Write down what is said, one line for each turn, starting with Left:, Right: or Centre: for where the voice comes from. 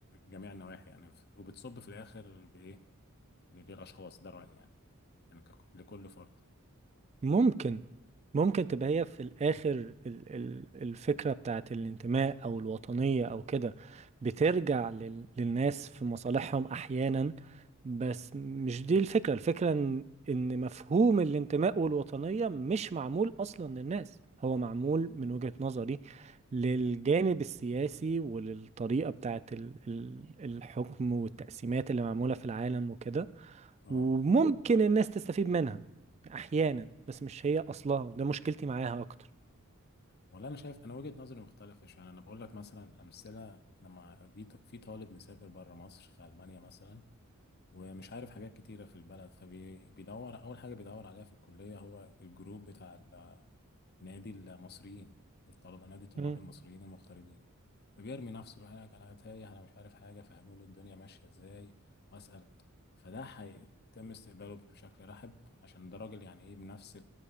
Left: بجميع النواحي يعني وبتصب في الآخر بإيه للأشخاص ده رأيي يعني يعني كك- لكل فرد
Right: ممكن ممكن تبقى هي في الآخر ال- ال- الفكرة بتاعت الانتماء أو الوطنية أو كده بترجع لل- للناس في مصالحهم أحيانا بس مش دي الفكرة الفكرة إن إن مفهوم الانتماء والوطنية مش معمول أصلا للناس هو معمول من وجهة نظري للجانب السياسي وللطريقة بتاعت ال- ال- الحكم والتقسيمات اللي معمولة في العالم وكده
Left: مم.
Right: وممكن الناس تستفيد منها احيانا بس مش هي اصلها وده مشكلتي معاها اكتر
Left: والله انا شايف انا وجهة نظري مختلفة شوية يعني انا بقول لك مثلا امثلة لما بي- في طالب مسافر بره مصر في المانيا مثلا ومش عارف حاجات كتيرة في البلد فبيدور أول حاجة بيدور عليها في الكلية هو الجروب بتاع ال- نادي المصريين الطلبة نادي طلاب
Right: مم.
Left: المصريين المغتربين فبيرمي نفسه يروح هناك أنا تايه أنا مش عارف حاجة فهموني الدنيا ماشية إزاي وأسأل فده هيتم استقباله بشكل رحب عشان ده راجل يعني إيه بنفس